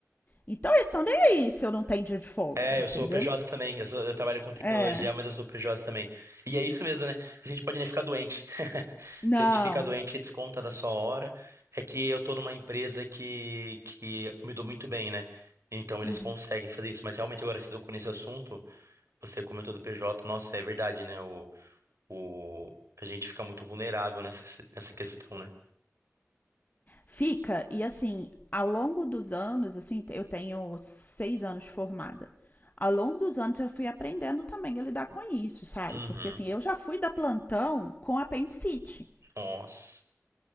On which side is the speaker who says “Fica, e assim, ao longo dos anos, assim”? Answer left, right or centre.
Left